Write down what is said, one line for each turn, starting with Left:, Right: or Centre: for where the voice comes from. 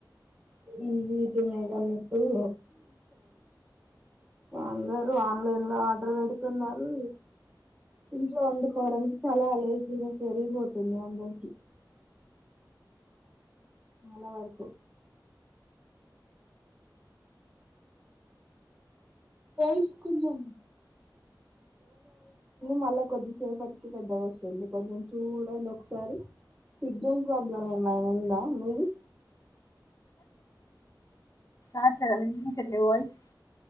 Right: ఈ వీటి మీ కాన్న ఇప్పుడు అందరు ఆన్లైన్ లో ఆర్డర్ పెడుతున్నారు ఇంకాలో వండుకోవడానికి చాలా లాజిక్ పెరిగిపోతుంది అందరికి చాలావరకు <unintelligible> మళ్ళా కొద్దిసేపటికి పెద్ద వస్తుంది కొంచెం చూడండి ఒకసారి సిగ్నల్ ప్రాబ్లం ఏమై ఉందా మీది
Left: ఆ సరే వినిపించట్లే వాయిస్